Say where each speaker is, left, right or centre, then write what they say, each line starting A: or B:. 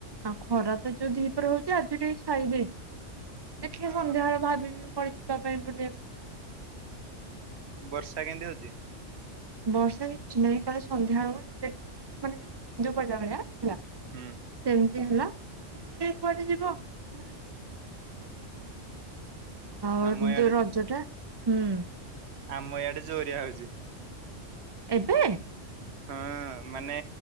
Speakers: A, on the right; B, on the right.
A: ଆଉ ଖରା ତ ଯୋଉ ଦିପହରେ ହଉଚି ଆଜି ଟିକେ ଛାଇ ଦେଇଚି ଦେଖିଆ
B: ହଁ
A: ସନ୍ଧ୍ୟାବେଳେ ଭାବିବି। କୁଆଡେ ଯିବା ପାଇଁ ବୁଲିବା ପାଇଁ।
B: ବର୍ଷା କେମତି ହଉଛି?
A: ବର୍ଷା ହେଇଚି ନାହିଁ କାଲି ସନ୍ଧ୍ୟାବେଳୁ ଟିକେ ଟିକେ ଟିକେ ମାନେ ଯେମତି ବିନ୍ଦୁ ପଡିଲା ଭଳିଆ ହେଲା
B: ହୁଁ
A: ସେମତି ହେଲା ଆଉ କିଏ କୁଆଡେ ଯିବ ବୁଲି ଆଉ
B: ଆମ
A: କିନ୍ତୁ
B: ଇଆଡେ
A: ରଜ ଟା ହୁଁ।
B: ଆମ ଇଆଡେ ଜୋରିଆ ହଉଚି।
A: ଏବେ?
B: ହଁ। ହଁ ମାନେ